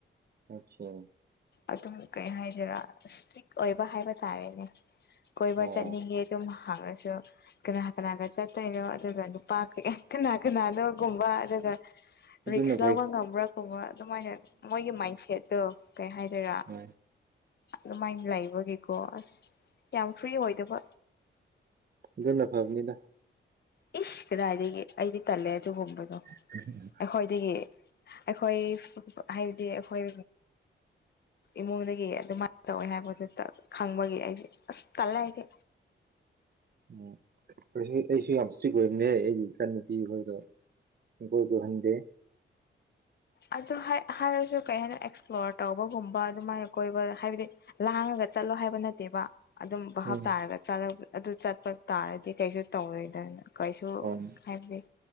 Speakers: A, on the right; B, on the left.
A: <unintelligible>
B: ꯑꯗꯨꯝ ꯀꯩ ꯍꯥꯏꯗꯣꯏꯔꯥ ꯏꯁꯇ꯭ꯔꯤꯛ ꯑꯣꯏꯕ ꯍꯥꯏꯕ ꯇꯥꯔꯦꯅꯦ ꯀꯣꯏꯕ
A: ꯑꯣ
B: ꯆꯠꯅꯤꯡꯉꯦ ꯑꯗꯨꯝ ꯍꯥꯏꯔꯁꯨ ꯀꯅꯥ ꯀꯅꯥꯒ ꯆꯠꯇꯣꯏꯅꯣ ꯑꯗꯨꯒ ꯅꯨꯄꯥ ꯀꯌꯥ ꯀꯅꯥ ꯀꯅꯥꯅꯣꯒꯨꯝꯕ ꯑꯗꯨꯒ
A: ꯑꯗꯨꯅ
B: ꯔꯤꯛꯁ
A: ꯐꯩ
B: ꯂꯧꯕ ꯉꯝꯕ꯭ꯔꯥ ꯈꯨꯝꯕ꯭ꯔꯥ ꯑꯗꯨꯃꯥꯏꯅ ꯃꯣꯏꯒꯤ ꯃꯥꯏꯟꯁꯦꯠꯇꯣ ꯀꯩ ꯍꯥꯏꯗꯣꯏꯔꯥ
A: ꯎꯝ
B: ꯑꯗꯨꯃꯥꯏꯅ ꯂꯩꯕꯒꯤꯀꯣ ꯑꯁ ꯌꯥꯝ ꯐ꯭ꯔꯤ ꯑꯣꯏꯗꯕ
A: ꯑꯗꯨꯅ ꯐꯕꯅꯤꯗ
B: ꯏꯁ ꯀꯗꯥꯏꯗꯒꯤ ꯑꯩꯗꯤ ꯇꯜꯂꯦ ꯑꯗꯨꯒꯨꯝꯕꯗꯣ
A: <inaudible>
B: ꯑꯩꯈꯣꯏꯗꯒꯤ ꯑꯩꯈꯣꯏ ꯍꯥꯏꯕꯗꯤ ꯑꯩꯈꯣꯏ ꯏꯃꯨꯡꯗꯒꯤ ꯑꯗꯨꯃꯥꯏꯅ ꯇꯧꯋꯦ ꯍꯥꯏꯕꯗꯨꯗ ꯈꯪꯕꯒꯤ ꯑꯩꯁꯦ ꯑꯁ ꯇꯜꯂꯁꯦ
A: ꯎꯝ ꯑꯩꯁꯨ ꯑꯩꯁꯨ ꯌꯥꯝ ꯏꯁꯇ꯭ꯔꯤꯛ ꯑꯣꯏꯝꯅꯦ ꯑꯩꯒꯤ ꯏꯆꯟꯅꯨꯄꯤ ꯈꯣꯏꯗꯣ ꯒꯣꯏꯗꯨ ꯍꯟꯗꯦ
B: ꯑꯗꯨ ꯍꯥꯏꯔꯁꯨ ꯀꯩ ꯍꯥꯏꯅ ꯑꯦꯛꯁꯄ꯭ꯂꯣꯔ ꯇꯧꯕꯒꯨꯝꯕ ꯑꯗꯨꯃꯥꯏꯅ ꯀꯣꯏꯕ ꯍꯥꯏꯕꯗꯤ ꯂꯥꯡꯉꯒ ꯆꯠꯂꯣ ꯍꯥꯏꯕ ꯅꯠꯇꯦꯕ ꯑꯗꯨꯝ ꯚꯞꯇꯥꯥꯔꯒꯂ
A: ꯎꯝ
B: ꯑꯗꯨ ꯆꯠꯄ ꯇꯥꯔꯗꯤ ꯀꯩꯁꯨ ꯇꯧꯔꯣꯏꯗꯅ ꯀꯩꯁꯨ
A: ꯍꯣꯏ
B: ꯍꯥꯏꯕꯗꯤ